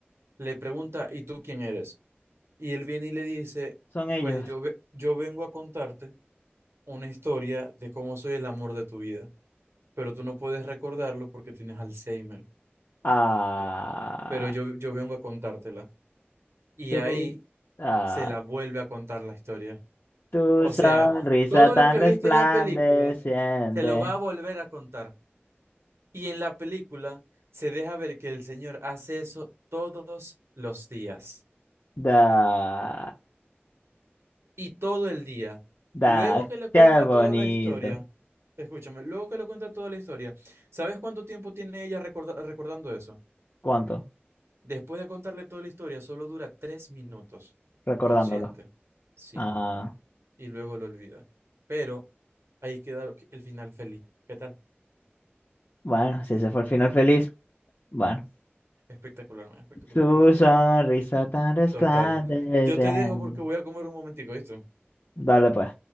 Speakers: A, on the right; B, on the left.
A: le pregunta, ¿y tú quién eres? Y él viene y le dice,
B: Son ellos.
A: pues yo, ve- yo vengo a contarte una historia de cómo soy el amor de tu vida, pero tú no puedes recordarlo porque tienes Alzheimer,
B: Ah,
A: pero yo, yo vengo a contártela. Y
B: tú.
A: ahí
B: ah.
A: se la vuelve a contar la historia.
B: Tu
A: O
B: sonrisa
A: sea, todo
B: tan
A: lo que
B: resplandeciente.
A: viste en la película se lo va a volver a contar. Y en la película se deja ver que el señor hace eso todos los días
B: Da,
A: y todo el día.
B: da,
A: Luego que le cuenta
B: qué bonito.
A: toda la historia, escúchame, luego que le cuenta toda la historia, ¿sabes cuánto tiempo tiene ella recorda- recordando eso?
B: ¿Cuánto?
A: Después de contarle toda la historia, solo dura tres minutos,
B: Recordándolo.
A: consciente. Sí,
B: Ah,
A: y luego lo olvida. Pero ahí queda el final feliz. ¿Qué tal?
B: bueno, si ese fue el final feliz, bueno.
A: Espectacular, man, espectacular,
B: Tu
A: espectacular.
B: sonrisa tan resplandeciente.
A: Total. Yo te dejo porque voy a comer un momentico, ¿viste?
B: Dale pues.